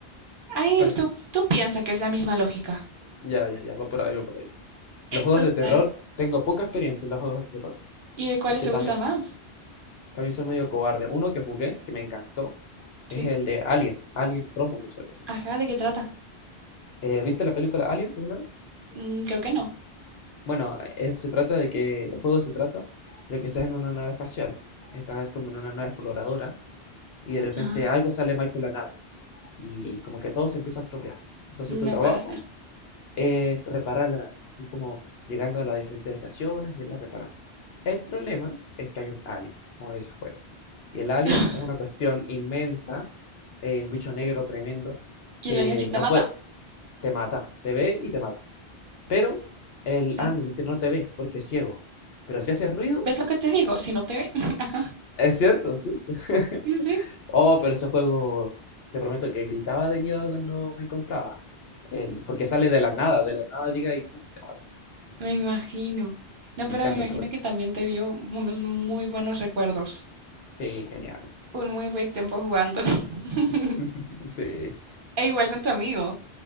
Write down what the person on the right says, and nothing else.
ahí
tú, tú piensas que es la misma lógica.
Total.
¿Y de cuáles
te
gustan más?
¿Sí?
Ajá, ¿de qué trata?
Mm, creo que no.
Ajá.
No
puede ser.
<laughs>
Y
el alien sí te
mata,
¿sí?
¿Ves lo que te digo? Si no te ve. <laughs> Ajá.
Sí, sí.
Me imagino. No, pero
me imagino
que también te dio unos muy buenos recuerdos.
Un muy buen tiempo jugando. <laughs>
E igual con tu amigo.